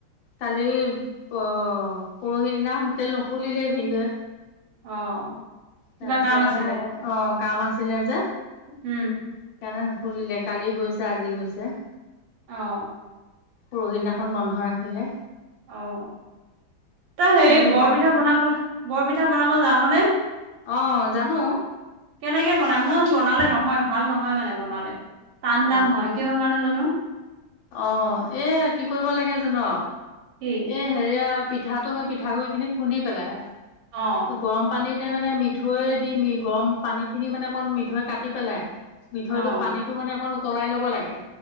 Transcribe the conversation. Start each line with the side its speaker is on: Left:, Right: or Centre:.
Left: কালি অ' পৰহি দিনা হোটেল নুখুলিলেই ভিন্দেউৱে।
Right: অ' কিবা
Left: তাৰপিছতহে
Right: কাম আছিলে?
Left: অ কাম আছিলে যে
Right: উম।
Left: সেইকাৰণে নুখুলিলে কালি গৈছে আজি গৈছে
Right: অ
Left: পৰহিদিনাখন বন্ধ ৰাখিলে
Right: অ তই হে
Left: বোলো
Right: বৰপিঠা
Left: ভাল
Right: বনাবলৈ বৰপিঠা বনাব জানানে
Left: অ জানো
Right: কেনেকে বনাই মই বনালে নহয় ভাল নহয় মানে বনালে টান
Left: অ
Right: টান হয় কিয় কাৰ নো জানো
Left: অ এ কি কৰিব লাগে জান
Right: কি
Left: হেৰিয়া পিঠাটো মই পিঠাগুৰি খিনি খুন্দি পেলাই
Right: অ
Left: গৰম পানীতে মানে মিঠৈ দি গৰম পানীখিনি মানে অকণ মিঠৈ কাটি পেলাই মিঠৈটো
Right: অ
Left: পানীটো মানে অকণ উতলাই ল'ব লাগে